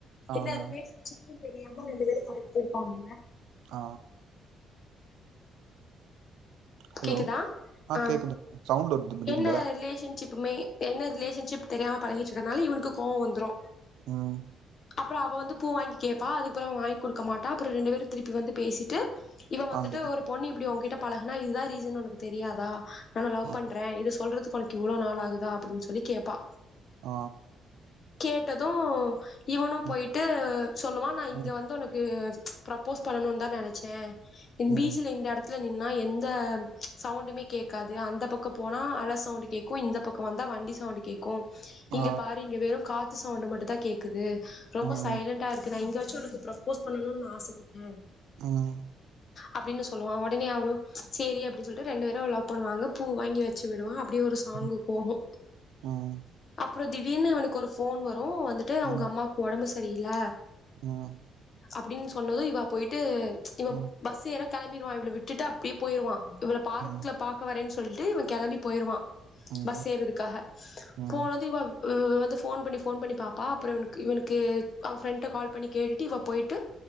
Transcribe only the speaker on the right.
ஆங்க
ஆ ஹலோ
கேக்குதுங்க சவுண்ட் வருது திடீர்ல
ம்
ஆங்க
ஆ
ஆ
ம்
ம்
ம்
ஆ
ம்
ம்
ம்
ம்
ம்
ம்
ம் ம்
ம்
ம்
ம்